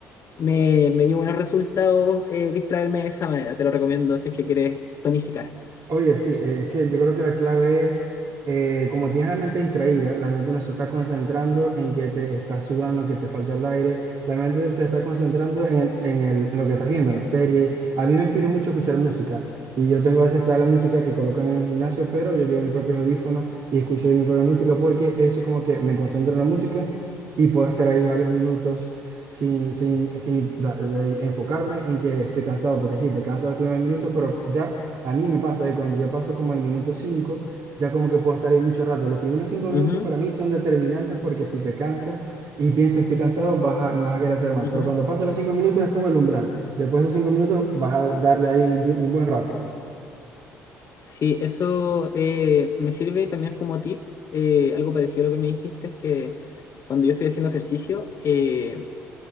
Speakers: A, on the left; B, on the right.
A: me, me dio buenos resultados eh, distraerme de esa manera. Te lo recomiendo si es que quieres tonificar.
B: Oye, sí, eh, es que yo creo que la clave es, eh, como tienes la mente distraída, la mente no se está concentrando en que te estás sudando, que te falta el aire, la mente se está concentrando en, el- en, el- en lo que estás viendo, en la serie. A mí me sirve mucho escuchar música y yo tengo a veces está la música que colocan en el gimnasio, pero yo llevo mis propios audífonos y escucho mi propia música porque eso como que me concentro en la música y puedo estar ahí varios minutos. sin, sin, sin da- de enfocarme en que estoy cansado, porque sí, te cansas los primeros minutos, pero ya a mí me pasa que cuando ya paso como el minuto 5, ya como que puedo estar ahí mucho rato. Los primeros 5 minutos
A: Ujú,
B: para mí son determinantes porque si te cansas y piensas estoy cansado, vas a- no vas a querer hacer más.
A: ujú.
B: Pero cuando pasan los 5 minutos es como el umbral. Después de esos 5 minutos vas a darle ahí un, un buen rato.
A: Sí, eso eh, me sirve también como tip, eh, algo parecido a lo que me dijiste, es que cuando yo estoy haciendo ejercicio, eh,